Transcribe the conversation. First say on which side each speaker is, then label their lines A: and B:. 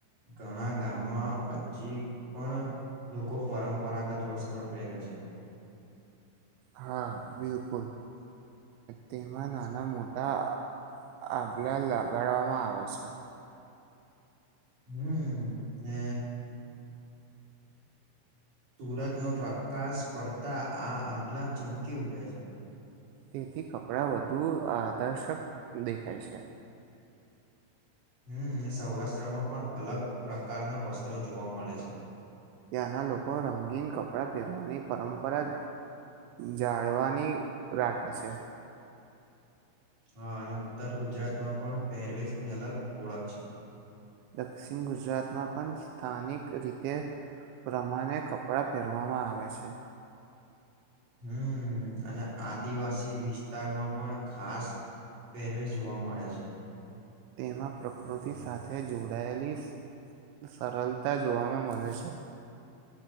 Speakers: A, on the right; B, on the right.
A: ઘણા ગામમાં હજી પણ લોકો પરંપરાગત વસ્ત્ર પહેરે છે.
B: હા બિલકુલ તેમાં નાના મોટા આભલા લગાડવામાં આવે છે.
A: હમ્મ એ સુૂરજનો પ્રકાશ પડતા આ આભલા ચમકી ઉઠે છે.
B: તેથી કપડાં વધુ આદર્શક દેખાય છે.
A: હમ્મ સૌરાષ્ટ્રમાં પણ અલગ પ્રકારના વસ્ત્રો જોવા મળે છે.
B: ત્યાંના લોકો રંગીન કપડાં પહેરવાની પરંપરા જાળવાની રાખે છે.
A: હા અને ઉત્તર ગુજરાતમાં પણ પહેરવેશની અલગ ઓળખ છે.
B: દક્ષિણ ગુજરાતમાં પણ સ્થાનિક રીતે પ્રમાણે કપડા પહેરવામાં આવે છે.
A: હમ્મ અને આદિવાસી વિસ્તારમાં પણ ખાસ પહેરવેશ જોવા મળે છે.
B: તેમાં પ્રકૃતિ સાથે જોડાયેલી સરળતા જોવામાં મળે છે.